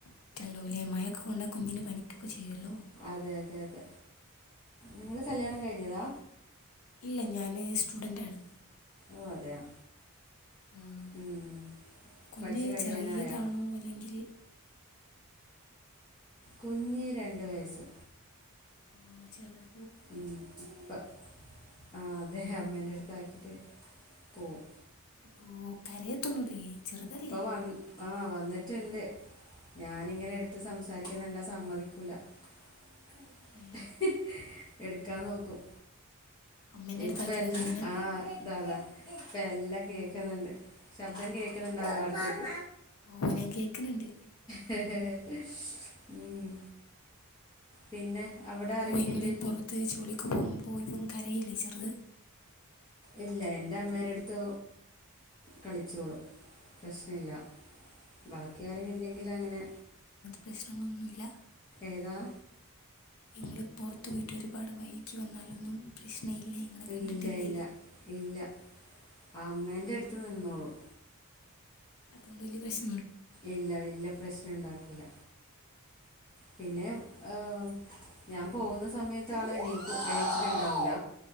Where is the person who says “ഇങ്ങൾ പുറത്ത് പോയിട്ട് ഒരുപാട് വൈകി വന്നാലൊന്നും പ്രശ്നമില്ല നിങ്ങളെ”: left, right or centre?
Left